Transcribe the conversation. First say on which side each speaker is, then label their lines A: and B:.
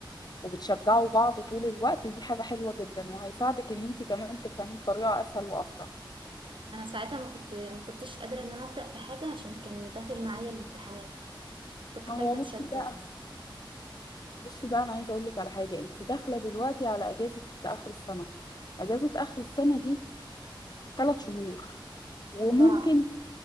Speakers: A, on the left; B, on the right.
A: وبتشجعوا بعض طول الوقت دي حاجة حلوة جدا وهيساعدك ان انت كمان تفهميه بطريقة اسهل واسرع
B: انا ساعتها ما كنت ما كنتش قادرة ان انا ابدأ في حاجة عشان كان داخل معايا الامتحانات كنت
A: ما
B: خايفة
A: هو بصي
B: اتشتت
A: بقى بصي بقى انا عايزة اقول لك على حاجة انت داخلة دلوقتي على اجازة اخر السنة اجازة اخر السنة دي ثلاث شهور وممكن
B: أربعة